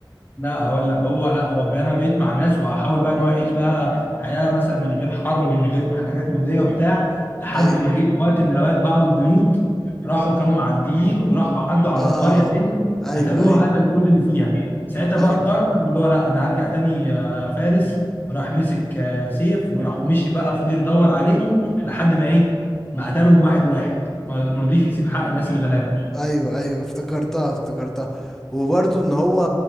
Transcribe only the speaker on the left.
لا هقول لك هو لا هو انا بقيت مع الناس واحاول بقى ان هو يعيش بقى حياه مثلا من غير حرب ومن غير حاجات من دي وبتاع لحد
ما جيت وقت من الاوقات بعض الجنود راحوا كانوا معديين وراحوا عدوا على
القريه دي
قتلوها
قتلوا كل اللي فيها ساعتها
بقى قرر اللي هو لا انا هرجع تاني آه، فارس وراح مسك آه، سيف وراح مشي بقى فضل يدور عليهم لحد ما ايه ما قتلهم واحد واحد ما ما رضيش يسيب حق الناس الغلابه